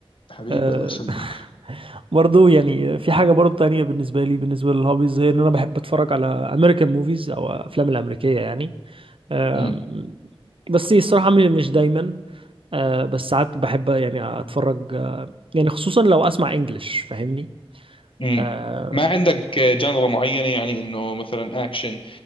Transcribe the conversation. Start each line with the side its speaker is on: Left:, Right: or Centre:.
Left: حبيبي
Right: آه
Left: الله يسلمك
Right: <laughs> برضو يعني في حاجة برضو تانية بالنسبة لي بالنسبة للهوبيز هي إن أنا بحب أتفرج على أمريكان موفيز أو أفلام الأمريكية يعني آم،
Left: امم
Right: بس الصراحة م- مش دايما آه، بس ساعات بحب يعني أتفرج آه، يعني خصوصا لو أسمع إنجلش فاهمني
Left: امم
Right: آه،
Left: ما عندك جانرا معينة يعني انه مثلا اكشن